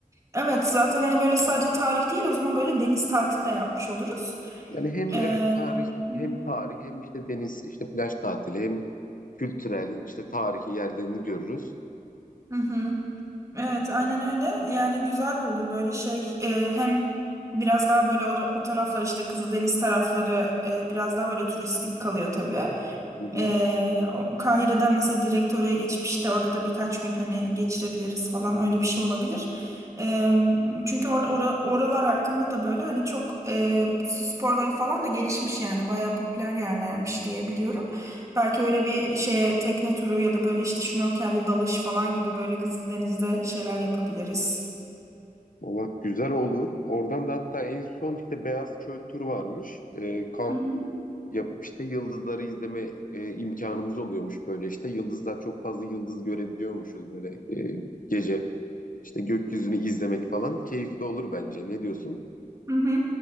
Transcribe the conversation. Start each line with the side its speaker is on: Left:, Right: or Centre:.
Right: Evet zaten hani böyle sadece tarih değil o zaman böyle deniz tatili de yapmış oluruz.
Left: Yani hem
Right: Ee,
Left: evet tarih
Right: hı
Left: hem
Right: hı.
Left: tarih hem işte deniz işte plaj tatili hem kültürel işte tarihi yerlerini görürüz.
Right: Hı hı. Evet, aynen öyle. Yani güzel de olur böyle şey. e, hem biraz daha böyle o, o taraflar işte Kızıldeniz tarafları e, biraz daha böyle turistik kalıyor tabii.
Left: Hı hı.
Right: E, o, Kahire'den mesela direkt oraya geçip işte orada da birkaç gün hani geçirebiliriz falan öyle bir şey olabilir. E, çünkü orada ora- oralar hakkında da böyle hani çok e, sporları falan da gelişmiş yani bayağı popüler yerlermiş diye biliyorum. Belki öyle bir şeye tekne turu ya da böyle işte şnorkelli dalış falan gibi böyle Kızıldeniz'de şeyler yapabiliriz.
Left: Valla güzel olur. Oradan da hatta en son işte Beyaz Çöl turu varmış. Ee, kamp
Right: Hı hı.
Left: yapıp işte yıldızları izleme e, imkanımız oluyormuş böyle. işte yıldızlar çok fazla yıldız görebiliyormuşuz böyle e, gece. işte gökyüzünü izlemek falan keyifli olur bence. Ne diyorsun?
Right: Hı hı.